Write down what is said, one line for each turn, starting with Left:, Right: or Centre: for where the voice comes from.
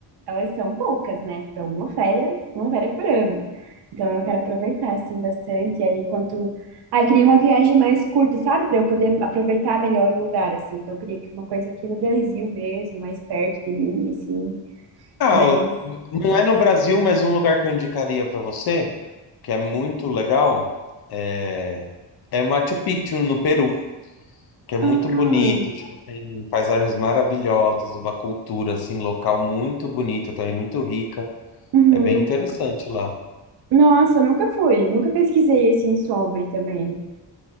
Right: elas são poucas, né? Tipo, é uma férias, uma férias por ano. Então eu quero aproveitar assim bastante, e aí quanto, ai, queria uma viagem mais curta, sabe? Para eu poder aproveitar melhor o lugar assim. Então eu queria que uma coisa aqui no Brasil mesmo, mais perto de mim, assim,
Left: Ah,
Right: mas
Left: eu- não é no Brasil, mas um lugar que eu indicaria para você, que é muito legal, é, é Machu Picchu no Peru, que é muito
Right: ah,
Left: bonito, tipo, tem paisagens maravilhosas, uma cultura assim local muito bonita, também muito rica.
Right: uhum.
Left: É bem interessante lá.
Right: Nossa, eu nunca fui, nunca pesquisei assim sobre também.